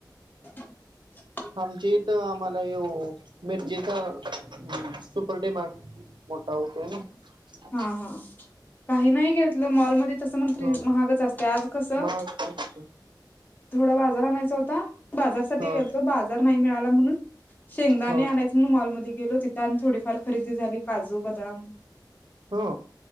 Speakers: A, on the left; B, on the right.
A: <inaudible>
B: आमची इथं आम्हाला येव मिरजचा सुपर डीमार्ट. मोटा होतोय ना. <inaudible>
A: हा हा काही नाही घेतलं मॉलमध्ये तसं मण तरी
B: हो
A: महागच असते आज कसं.
B: महाग असतो.
A: थोडा बाजार आणायचा होता बाजारसाठी
B: हो
A: गेलतो बाजार नाही मिळाला म्हणून. शेंगदाणे
B: हो
A: आणायचं म्हण मॉलमध्येध्ये गेलो तिथं आणि थोडीफार खरेदी झाली काजू, बदाम
B: हो.